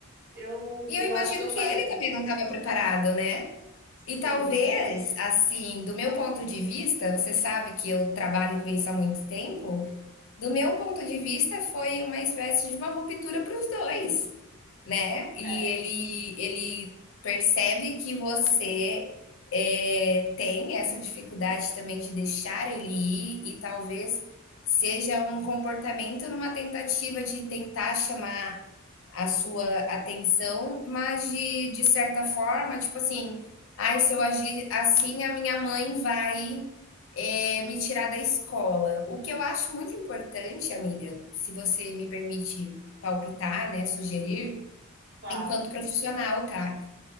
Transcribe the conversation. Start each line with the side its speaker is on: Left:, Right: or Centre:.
Right: eu,
Left: E eu
Right: eu
Left: imagino
Right: acho que eu falhei.
Left: que ele também não estava preparado, né.
Right: Sim,
Left: E talvez, assim, do meu ponto de vista, você sabe que eu trabalho com isso há muito tempo, do meu ponto de vista, foi uma espécie de uma ruptura para os dois, né? E
Right: é,
Left: ele, ele percebe que você é, tem essa dificuldade também de deixar ele ir, e talvez seja um comportamento numa tentativa de tentar chamar a sua atenção, mas de, de certa forma, tipo assim, ai, se eu agir assim, a minha mãe vai é, me tirar da escola. O que eu acho muito importante, amiga, se você me permite palpitar, né, sugerir,
Right: claro.
Left: enquanto profissional, tá?